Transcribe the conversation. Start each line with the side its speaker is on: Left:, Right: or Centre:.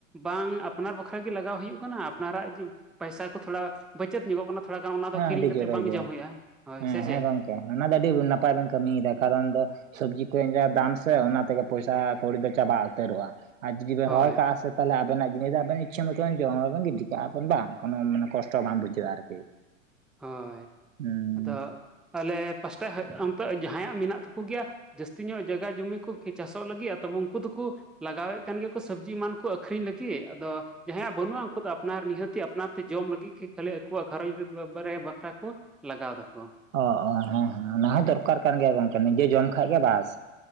Centre: ᱵᱟᱝ ᱟᱯᱱᱟᱨ ᱵᱟᱠᱷᱨᱟᱜᱤ ᱞᱟᱜᱟᱣ ᱦᱩᱭᱩᱜ ᱠᱟᱱᱟ ᱟᱯᱱᱟᱨᱟᱜ ᱯᱟᱭᱥᱟ ᱠᱚ ᱛᱷᱚᱲᱟ ᱵᱟᱪᱟᱹᱫ ᱧᱚᱜᱚᱜ ᱠᱟᱱᱟ ᱛᱷᱚᱲᱟ ᱜᱟᱱ ᱚᱱᱟ ᱫᱚ ᱠᱤᱨᱤᱧ
Right: ᱟᱹᱰᱤ
Centre: ᱠᱟᱛᱮ
Right: ᱡᱳᱨᱮ
Centre: ᱵᱟᱝ
Right: ᱡᱳᱨ
Centre: ᱡᱚᱢ ᱦᱩᱭᱩᱜᱼᱟ ᱦᱳᱭ
Right: ᱦᱮᱸ
Centre: ᱥᱮ
Right: ᱦᱮᱸ
Centre: ᱪᱮᱫ
Right: ᱜᱚᱝᱠᱮ ᱚᱱᱟ ᱫᱚ ᱟᱹᱰᱤ ᱱᱟᱯᱟᱭ ᱵᱮᱱ ᱠᱟᱹᱢᱤᱭᱮᱫᱟ ᱠᱟᱨᱚᱱ ᱫᱚ ᱥᱚᱵᱡᱤ ᱠᱚ ᱩᱱᱟᱹᱜ ᱫᱟᱢ ᱥᱮ ᱚᱱᱟ ᱛᱮᱜᱮ ᱯᱚᱭᱥᱟ ᱠᱚᱣᱲᱤ ᱠᱚ ᱪᱟᱵᱟ ᱩᱛᱟᱹᱨᱚᱜᱼᱟ ᱟᱨ ᱡᱩᱫᱤ ᱵᱤᱱ ᱨᱚᱦᱚᱭ
Centre: ᱦᱳᱭ
Right: ᱠᱟᱜᱼᱟ ᱥᱮ ᱛᱟᱦᱚᱞᱮ ᱟᱵᱮᱱᱟᱜ ᱡᱤᱱᱤᱥ ᱫᱚ ᱟᱵᱮᱱ ᱤᱪ ᱪᱷᱟ ᱢᱚᱛᱚ ᱵᱤᱱ ᱡᱚᱢᱼᱟ ᱟᱨᱵᱤᱱ ᱜᱤᱛᱤᱡ ᱠᱟᱜᱼᱟ ᱵᱤᱱ ᱵᱟᱝ ᱠᱚᱱᱳ ᱢᱟᱱᱮ ᱠᱚᱥᱴᱚ ᱵᱟᱝ ᱵᱩᱡᱷᱟᱹᱜᱼᱟ ᱟᱨᱠᱤ᱾
Centre: ᱦᱳᱭ
Right: ᱦᱮᱸ
Centre: ᱟᱫᱚ ᱟᱞᱮ ᱯᱟᱥᱴᱟ ᱚᱱᱛᱮ ᱡᱟᱦᱟᱸᱭᱟᱜ ᱢᱮᱱᱟᱜ ᱛᱟᱠᱚ ᱜᱮᱭᱟ ᱡᱟᱹᱥᱛᱤ ᱧᱚᱜ ᱡᱟᱜᱟ ᱡᱚᱢᱤ ᱠᱚ ᱠᱤ ᱪᱟᱥᱚᱜ ᱞᱟᱹᱜᱤᱫ ᱟᱫᱚ ᱩᱝᱠᱩ ᱫᱚᱠᱚ ᱞᱟᱜᱟᱣᱮᱫ ᱠᱟᱱ ᱜᱮᱭᱟᱠᱚ ᱥᱚᱵᱽᱡᱤ ᱮᱢᱟᱱ ᱠᱚ ᱟᱠᱷᱨᱤᱧ ᱞᱟᱹᱜᱤᱫ ᱟᱫᱚ ᱡᱟᱦᱟᱸᱭᱟᱜ ᱵᱟᱹᱱᱩᱜᱼᱟ ᱩᱱᱠᱩ ᱫᱚ ᱟᱯᱱᱟᱨ ᱱᱤᱦᱟᱹᱛᱤ ᱟᱯᱱᱟᱨᱛᱮ ᱡᱚᱢ ᱞᱟᱹᱜᱤᱫ ᱜᱮ ᱠᱷᱟᱹᱞᱤ ᱟᱠᱚᱣᱟᱜ ᱜᱷᱟᱨᱚᱸᱡᱽ ᱵᱟᱨᱦᱮ ᱵᱟᱠᱷᱨᱟ ᱠᱚ ᱞᱟᱜᱟᱣ ᱫᱟᱠᱚ᱾
Right: ᱚ ᱦᱮᱸ ᱦᱮᱸ ᱚᱱᱟ ᱦᱚᱸ ᱫᱚᱨᱠᱟᱨ ᱠᱟᱱ ᱜᱮᱭᱟ ᱜᱚᱝᱠᱮ ᱱᱤᱡᱮ ᱡᱚᱢ ᱠᱷᱟᱡ ᱜᱮ ᱵᱟᱥ᱾